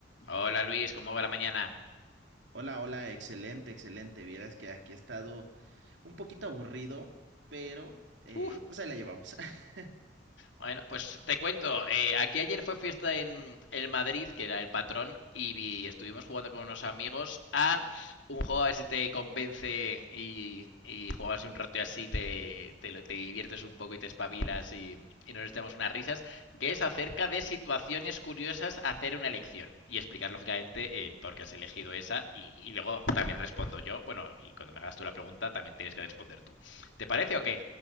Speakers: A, on the left; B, on the right.
A: Hola Luis, ¿cómo va la mañana?
B: Hola, hola, excelente, excelente. Vieras que aquí he estado un poquito aburrido, pero eh,
A: Uf,
B: pues ahí la llevamos. <laughs>
A: bueno, pues te cuento, eh, aquí ayer fue fiesta en el Madrid, que era el patrón, y, vi- estuvimos jugando con unos amigos a un juego a ver si te convence y, y jugabas un rato y así te, te, lo- te diviertes un poco y te espabilas y, y nos echamos unas risas, que es acerca de situaciones curiosas hacer una elección y explicar lógicamente el por qué has elegido esa y, y luego también respondo yo, bueno, y cuando me hagas tú la pregunta también tienes que responder tú. ¿Te parece o qué?